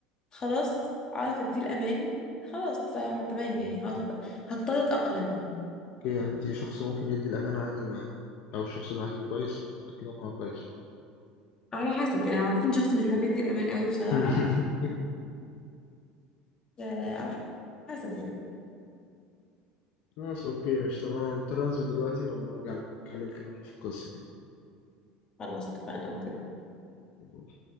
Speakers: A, on the left; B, on the left.
A: خلاص عارف اديه الامان خلاص بصراحة تمام يعني خلاص هت- هضطر اتأقلم يعني
B: اوكي يعني انت شخص ممكن يدي الامانه عادي ما او الشخص اللي معاكي كويس أو متاكده ان هو كويس
A: على حسب يعني عادة شخص مش بيعرف يدي الامان قوي بصراحة
B: <laughs>
A: آه، على حسب يعني
B: خلاص اوكي مش طب انا مضطر انزل دلوقتي ولما ارجع نبقى نكمل كلامنا في القصه دي
A: خلاص اتفقنا اوكي
B: باي.